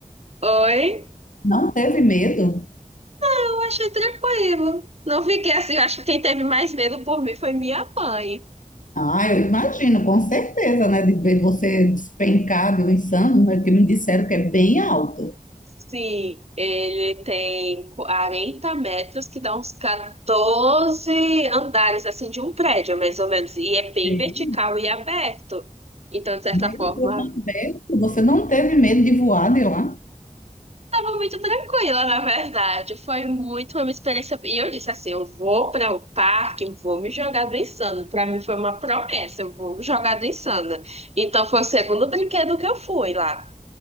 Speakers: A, on the right (about 50°); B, on the left (about 75°).
A: oi,
B: Não teve medo?
A: eu achei tranquilo. Não fiquei assim, eu acho que quem teve mais medo por mim foi minha mãe.
B: Ah, eu imagino, com certeza, né? De ver você despencado, insano, né, que me disseram que é bem alto.
A: Sim, ele tem 40 metros, que dá uns 14 andares assim de um prédio, mais ou menos. E é bem
B: Sim.
A: vertical e aberto. Então, de certa
B: Meu
A: forma,
B: Deus, mas Beto, Você não teve medo de voar de lá?
A: Tava muito tranquila, na verdade. Foi muito uma experiência. E eu disse assim: eu vou para o parque, eu vou me jogar do insano. Para mim foi uma promessa, eu vou me jogar do insano. Então foi o segundo brinquedo que eu fui lá.